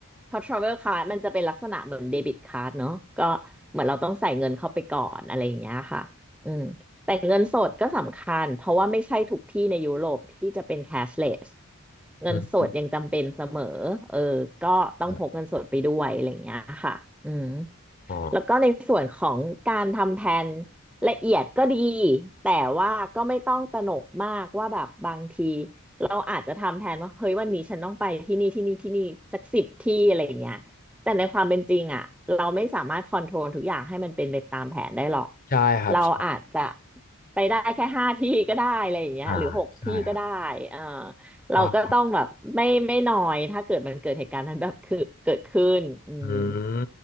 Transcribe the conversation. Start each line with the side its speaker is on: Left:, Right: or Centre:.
Centre: เพราะ travel card มันจะเป็นลักษณะเหมือนเดบิตกา r d เนอะก็เหมือนเราต้องใส่เงินเข้าไปก่อนอะไรอย่างเงี้ยค่ะอืมแต่เงินสดก็สำคัญเพราะว่าไม่ใช่ทุกที่ในยุโรปที่จะเป็น cashless เงินสดยังจำเป็นเสมอเออก็ต้องพกเงินสดไปด้วยอะไรอย่างเงี้ยค่ะอืม
Left: อืมครับอ๋อ
Centre: แล้วก็ในส่วนของการทำแผนละเอียดก็ดีแต่ว่าก็ไม่ต้องตระหนกมากว่าแบบบางทีเราอาจจะทำแผนว่าเฮ้ยวันนี้ฉันต้องไปที่นี่ที่นี่ที่นี่สักสิบที่อะไรอย่างเงี้ยแต่ในความเป็นจริงอ่ะเราไม่สามารถคอนโทรลทุกอย่างให้มันเป็นไปตามแผนได้หรอก
Left: ใช่ครับใช่
Centre: เราอาจจะไปได้แค่ห้าที่ก็ได้อะไรอย่างเงี้ยหรือหกที่ก็ได้เออ
Left: อ่าใช่ครับ
Centre: เราก็ต้องแบบไม่ไม่นอยถ้าเกิดมันเกิดเหตุการณ์นั้นแบบคือเกิดขึ้นอืม
Left: อ่าอืม